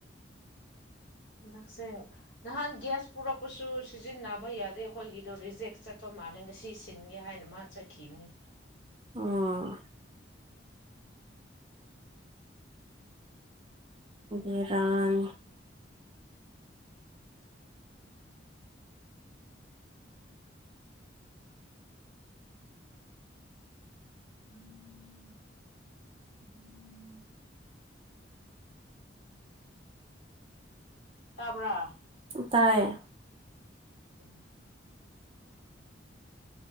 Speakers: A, on the right; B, on the left.
A: <inaudible>
B: ꯍꯟꯗꯛꯁꯦꯡ ꯅꯍꯥꯟ ꯒ꯭ꯌꯥꯁ ꯄꯨꯔꯛꯄꯁꯨ ꯁꯤꯖꯤꯟꯅꯕ ꯌꯥꯗꯦ ꯑꯩꯈꯣꯏꯒꯤꯗꯣ ꯔꯤꯖꯦꯛ ꯆꯠꯄ ꯃꯥꯜꯂ ꯍꯗꯪ ꯉꯁꯤ ꯁꯤꯟꯒꯦ ꯍꯥꯏꯅ ꯃꯥ ꯆꯠꯈꯤꯕꯅꯤ
A: ꯑꯣ ꯦꯔꯥꯟ
B: ꯎꯝꯝ
A: ꯎ
B: ꯇꯥꯕ꯭ꯔꯥ
A: ꯇꯥꯏꯌꯦ
B: ꯎꯝ